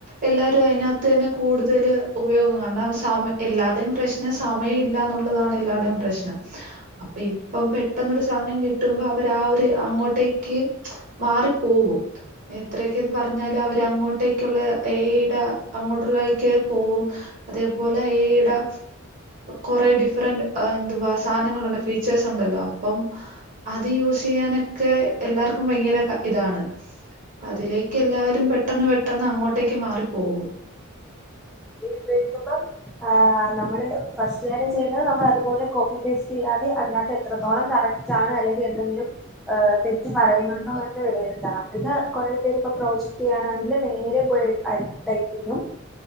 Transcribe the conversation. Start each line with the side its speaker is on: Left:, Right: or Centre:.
Right: എല്ലാവരും അതിനത്ത്തന്നെ കൂടുതല് ഉപയോഗം കാരണം സമയ എല്ലാരുടെേയും പ്രശ്നം സമയം ഇല്ല എന്നുള്ള ള്ളതാണ് എല്ലാരുടെയും പ്രശ്നം അപ്പൊ ഇപ്പം പെട്ടെന്നരു സാധനം കിട്ടുമ്പോ അവര് ആ ഒരു അങ്ങോട്ടേക്ക് മാറിപ്പോവും.. എത്രയൊക്കെന്ന് പറഞ്ഞാല അവര് അങ്ങോട്ടേക്കുള്ള ഏ അയ്ടെ അങ്ങോട്ടുള്ളേക്ക് പോകും അതേപോലെ ഏ ഐടെ കുറെ ഡിഫ് ഡിഫറന്റ് എ എന്തുവാ സാനങ്ങളുണ്ട് ഫീച്ചേഴ്സ് ഉണ്ടല്ലോ അപ്പം അത് യൂസ് ചെയ്യാനൊക്കെ എല്ലാർക്കും ഭയങ്കര ഇതാണ് അതിലേക്ക് എല്ലാവരും പെട്ടെന്ന് പെട്ടെന്ന് അങ്ങോട്ടേക്ക് മാറി പോകും.
Centre: ഉപയോഗിക്കുമ്പം ആഹ് നമ്മള് ഫസ്റ്റ് കാര്യം ചെയ്യണ്ടത് നമ്മളതുപോലെ കോപ്പി പേസ്റ്റ് ചെയ്യാതെ അയിനകത്ത് എത്രത്തോളം കറക്റ്റ്. റ്റാണ് അല്ലെങ്കി എന്തെങ്കിലും. ഏഹ് തെറ്റ് പറയുന്നുണ്ടോ എന്ന് വെലയിരുത്തണം ഇത് കുറെ പേര്പ്പോ പ്രോജക്ട് ചെയ്യാനാണെങ്കിലും നേരെ പോയി. ആയിതെ ടൈപ് എയ്യും